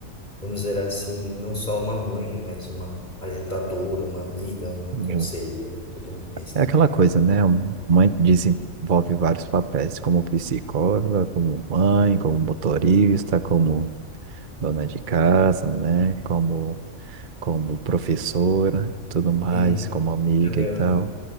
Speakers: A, on the left; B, on the right.
A: vamos dizer assim, não só uma mãe, mas uma ajudadora, uma amiga, uma
B: Uhum.
A: conselheira e tudo mais,
B: É
A: né?
B: aquela coisa, né? Um- Mãe desenvolve vários papéis, como psicóloga, como mãe, como motorista, como dona de casa, né? Como, como professora, tudo mais,
A: Uhum.
B: como amiga
A: É meu.
B: e tal.